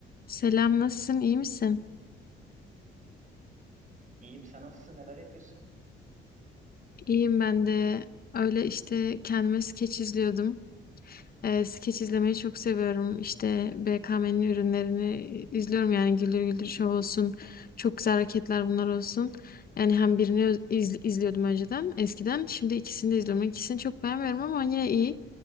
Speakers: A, on the left; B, on the right.
A: Selam, nasılsın? İyi misin?
B: İyiyim. Sen nasılsın? Neler yapıyorsun?
A: İyiyim ben de. Öyle işte kendime skeç izliyordum. E, skeç izlemeyi çok seviyorum. İşte BKM'nin ürünlerini izliyorum yani Güldür Güldür Show olsun. Çok güzel hareketler bunlar olsun. Yani hem birini öz- iz- izliyordum önceden eskiden. Şimdi ikisini de izliyorum. İkisini çok beğenmiyorum ama yine iyi.